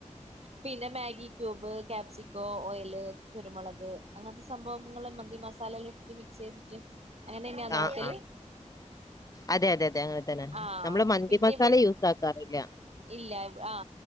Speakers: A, on the right (about 55°); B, on the left (about 30°).
A: പിന്നെ മാഗി ക്യൂബ് കാപ്സിക്കോ ഓയില് കുരുമുളക് അങ്ങനത്തെ സംഭവം നിങ്ങള് മന്തി മസാല എല്ലാം ഇട്ടിട്ട് മിക്സ് ചെയ്തിട്ട് അങ്ങനെന്നെയാന്നോ
B: ആഹ്
A: വെക്കല്
B: ആഹാ അതെ അതെ തെ അങ്ങനെ തന്നെ
A: ആഹ്
B: നമ്മള് മന്തി
A: പിന്നെ
B: മസാല
A: ഇവി
B: യൂ യൂസ് ആക്കാറില്ല
A: ഇല്ല ആഹാ